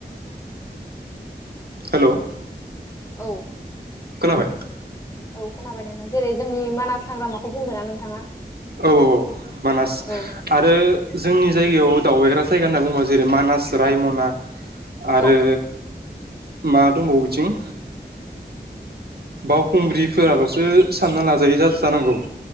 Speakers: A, on the right; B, on the left.
A: हेल'
B: औ
A: खोनाबाय
B: औ खोनाबाय नोंथां जेरै जोंनि मानास हाग्रामाखौ बुंदो ना नोंथाङा?
A: औ औ औ मानास
B: औ
A: आरो जोंनि जायगायाव दावबायग्रा जायगा होनना बुङोबा जेरै मानास, रायमना आरो
B: औ
A: मा दंबावो बिथिं बावखुंग्रिफोराल'सो सानना लाजायोै जा जानांगौ